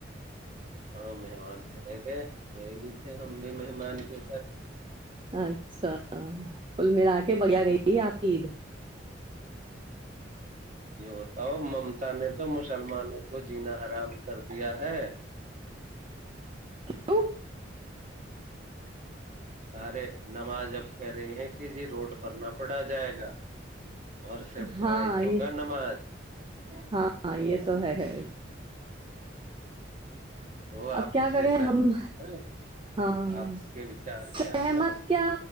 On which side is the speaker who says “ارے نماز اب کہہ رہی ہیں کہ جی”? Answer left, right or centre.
Right